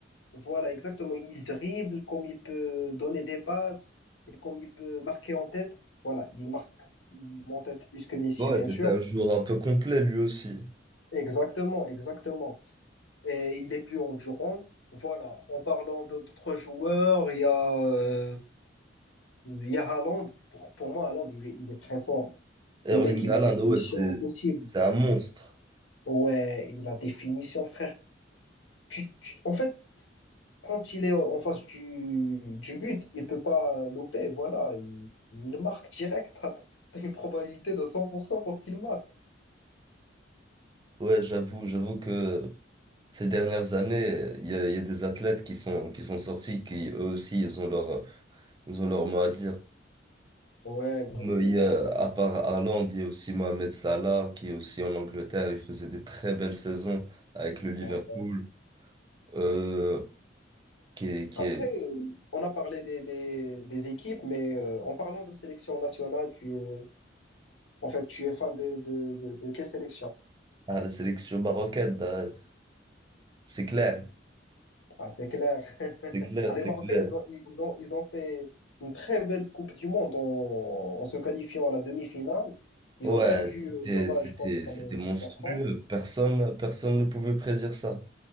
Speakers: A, on the left; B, on the right.
A: Voilà, exactement. Il dribble, comme il peut donner des passes, et comme il peut marquer en tête. Voilà, il marque en tête plus que Messi,
B: Ouais,
A: bien
B: c'était
A: sûr.
B: un joueur un peu complet lui aussi.
A: Exactement, exactement. et il est plus endurant. Voilà, en parlant d'autres joueurs, il y a, euh, il y a Haaland. Pour, pour moi, Haaland, il est, il est très fort.
B: Erling
A: Le mec, il
B: Haaland,
A: a une
B: ouais,
A: finition
B: c'est
A: impossible.
B: c'est un monstre.
A: Ouais, il a des finitions, frère. Tu, tu- en fait, quand il est en face du, du but, il peut pas louper. Voilà, il, il marque direct. <laughs> T'as, t'as une probabilité de 100% pour qu'il marque.
B: Ouais, j'avoue, j'avoue que Ces dernières années, il y a, il y a des athlètes qui sont, qui sont sortis, qui eux aussi, ils ont leur, ils ont leur mot à dire.
A: Ouais, exactement.
B: Mais il y a, à part Haaland, il y a aussi Mohamed Salah, qui est aussi en Angleterre, il faisait des très belles saisons avec le Liverpool,
A: Ouais.
B: euh, qui est, qui
A: Après,
B: est
A: euh, on a parlé des, des, des équipes, mais euh, en parlant de sélection nationale, tu es, en fait, tu es fan de, de, de, de quelle sélection?
B: à la sélection marocaine. euh, C'est clair,
A: Ah, c'est clair. <laughs>
B: c'est clair,
A: Ah,
B: c'est
A: les Marocains,
B: clair.
A: ils ont, ils ils ont, ils ont fait une très belle Coupe du Monde en, en se qualifiant à la demi-finale. Ils
B: Ouais,
A: ont perdu,
B: c'était,
A: euh, dommage,
B: c'était,
A: contre
B: c'était
A: le-
B: monstrueux.
A: la France.
B: Personne, personne ne pouvait prédire ça.